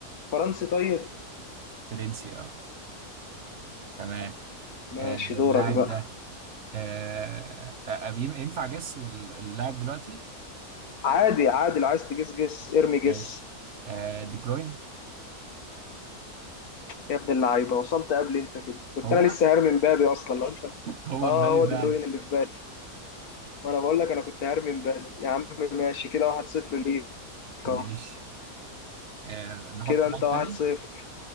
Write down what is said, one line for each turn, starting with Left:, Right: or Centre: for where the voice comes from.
Left: فرنسي طيب
Right: فرنسي اه تمام
Left: ماشي
Right: آه،
Left: دورك
Right: اللاعب
Left: بقى
Right: ده آه، آه، بيم- ينفع جس اللاعب دلوقتي
Left: عادي عادي لو عايز تجس جس ارمي جس
Right: ماشي آه، دي بروين
Left: يا ابن اللعيبه وصلت قبل انت كده كنت
Right: هو
Left: انا لسه هرمي مبابي اصلا لو انت
Right: هو
Left: اه
Right: مبابي
Left: هو
Right: فعلا
Left: دي بروين اللي في بالي وانا بقول لك انا كنت هرمي مبابي يا عم ماشي كده 1-0 ليك
Right: ماشي
Left: اهو
Right: آه، نحط
Left: كده انت
Right: لاعب
Left: 1-0
Right: تاني